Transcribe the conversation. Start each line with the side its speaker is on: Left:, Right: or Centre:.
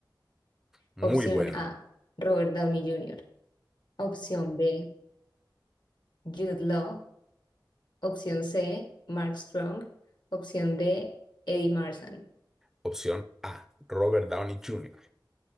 Centre: Muy
Left: Opción
Centre: buena.
Left: A, Robert Downey Jr. Opción B, Jude Law. Opción C, Mark Strong. Opción D, Eddie Marsan.
Centre: Opción A, Robert Downey Jr.